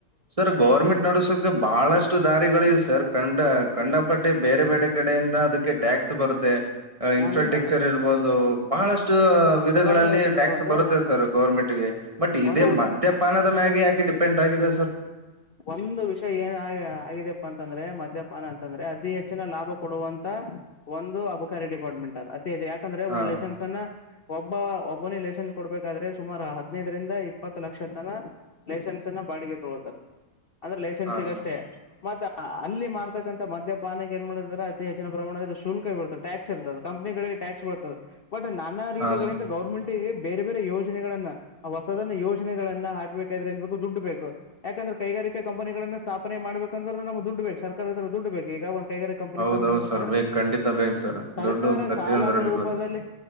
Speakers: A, on the right; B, on the left.
A: ಸರ್ ಗೌರ್ಮೆಂಟ್ ನಡ್ಸಕ ಬಹಳಷ್ಟು ದಾರಿಗಳಿವ ಸರ್ ಕಂಡ ಕಂಡಪಟ್ಟಿ ಬೇರೆ ಬೇರೆ ಕಡೆಯಿಂದ ಅದಕ್ಕೆ ಟ್ಯಾಕ್ಸ್ ಬರುತ್ತೆ ಇನ್ಫ್ರಾಸ್ಟ್ರಕ್ಚರ್
B: ಒಂದು
A: ಇರ್ಬೋದು ಬಹಳಷ್ಟು ವಿಧಗಳಲ್ಲಿ
B: ಉದಾಹರಣೆ ಹೇಳ್ತೇನೆ ನೋಡ್ರಿ
A: ಟ್ಯಾಕ್ಸ್
B: ಒಂದು
A: ಬರುತ್ತೆ ಸರ್ ಗೌರ್ಮೆಂಟ್ಗೆ ಬಟ್ ಇದೇ
B: ಒಂದು ಉದಾ
A: ಮದ್ಯಪಾನದ ಮ್ಯಾಗೆ ಯಾಕಿ ಡಿಪೆಂಡ್ ಎಗಿದೆ ಸರ್
B: ಒಂದು ವಿಷಯ ಏನ್ ಆ ಆಗಿದಪ್ಪಾ ಅಂತಂದ್ರೆ ಮದ್ಯಪಾನ ಅಂತಂದ್ರೆ ಅತಿ ಹೆಚ್ಚಿನ ಲಾಭ ಕೊಡುವಂತ ಒಂದು ಅಬಕಾರಿ ಡಿಪಾರ್ಟ್ಮೆಂಟ್ ಅ ಅತಿ ಹೆಚ್ಚು ಯಾಕಂದ್ರೆ
A: ಹಾ
B: ಒಂದು ಲೈಸೆನ್ಸ್ ಅನ್ನ ಒಬ್ಬ ಒಬ್ಬ ಬೋನಿ ಲೈಸೆನ್ಸ್ ಕೊಡ್ಬೇಕಾದ್ರೆ ಸುಮಾರು ಹದಿನೈದರಿಂದ ಇಪ್ಪತ್ತು ಲಕ್ಷ ತನ ಲೈಸೆನ್ಸ್ ಅನ್ನ ಬಾಡಿಗೆ ಅಂದ್ರೆ ಲೈಸೆನ್ಸ್ಗ
A: ಹಾ ಸರ್
B: ಅಷ್ಟೇ ಮ ಹ ಅಲ್ಲಿ ಮಾರ್ತಕ್ಕಂತ ಮದ್ಯಪಾನಕ್ಕೆ ಏನ್ ಮಾಡ್ತ ಅತಿ ಹೆಚ್ಚಿನ ಪ್ರಮಾಣದಲ್ಲಿ ಶುಲ್ಕ ಇ ಬರ್ತದೆ ಟ್ಯಾಕ್ಸ್ ಇರ್ತದೆ ಕಂಪನಿಿಗೆ ಟ್ಯಾಕ್ಸ್ ಬದೆ ಬಟ್ ನಾನಾ ರೀತಿಗಳಿಂದ
A: ಹಾ ಸರ್
B: ಗೌರ್ಮೆಂಟ್ ಬೇರೆ ಬೇರೆ ಯೋಜನೆಗಳನ್ನ ಆ ಹೊಸದನ ಯೋಜನೆಗಳನ್ನ ಹಾಕ್ಬೇಕಾದ್ರೆ ಏನ್ಬೇಕು ದುಡ್ ಬೇಕು ಯಾಕಂದ್ರ ಕೈಗಾರಿಕ ಕಂಪನಿನ್ನ ಸ್ಥಾಪನೆ ಮಾಡಬೇಕಂದ್ರ ನಮ ದುಡ್ಬೇಕ ಸರ್ಕಾರದತ್ರ ದುಡ್ ಬು ಈಗ ಒ ಗ ಕಂಪನಿ
A: ಹೌದೌದು
B: ಸ್ಥಾಪನೆ ಮಾಡಬೇಕಂದ್ರೆ
A: ಸರ್ ಬೇಕು ಖಂಡಿತ ಬೇಕು ಸರ್
B: ಸರ್ಕಾರ
A: ದುಡ್ಡು ಪ್ರತಿಯೊಂದರಲ್ಲಿ
B: ಸಾಲದ ರೂಪದಲ್ಲಿ
A: ಬೇಕು